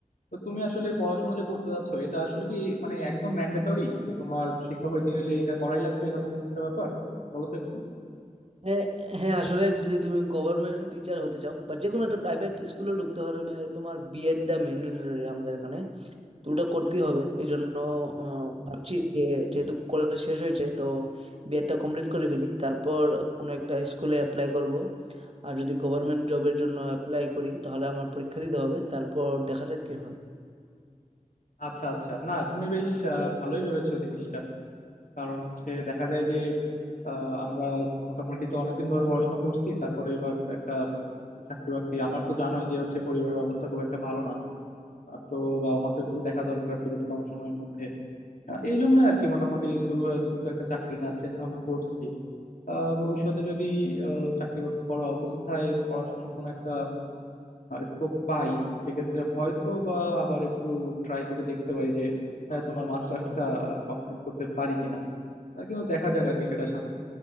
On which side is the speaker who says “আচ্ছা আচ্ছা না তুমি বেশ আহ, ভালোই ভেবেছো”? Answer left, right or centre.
Left